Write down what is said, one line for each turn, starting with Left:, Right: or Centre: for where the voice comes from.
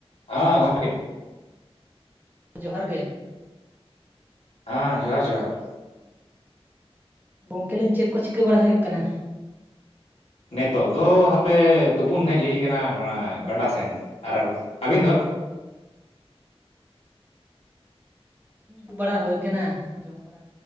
Left: ᱟ ᱜᱚᱢᱠᱮ
Right: ᱡᱚᱦᱟᱨ ᱜᱮ
Left: ᱟᱸ ᱡᱚᱦᱟᱨ ᱡᱚᱦᱟᱨ
Right: ᱜᱚᱝᱠᱮ ᱞᱟᱹᱭᱟᱹᱧ ᱪᱮᱫ ᱠᱚ ᱪᱤᱠᱟᱹ ᱵᱟᱲᱟ ᱦᱩᱭᱩᱜ ᱠᱟᱱᱟ?
Left: ᱱᱮᱛᱚᱜ ᱫᱚ ᱦᱟᱯᱮ ᱛᱩᱯᱩᱱ ᱦᱮᱡ ᱦᱩᱭ ᱟᱠᱟᱱᱟ, ᱱᱚᱣᱟ ᱜᱟᱰᱟ ᱥᱮᱱ ᱟᱨ ᱟᱹᱵᱤᱱ ᱫᱚ?
Right: ᱩᱢ ᱵᱟᱲᱟ ᱦᱩᱭ ᱟᱠᱟᱱᱟ, ᱡᱚᱢ ᱵᱟᱲᱟ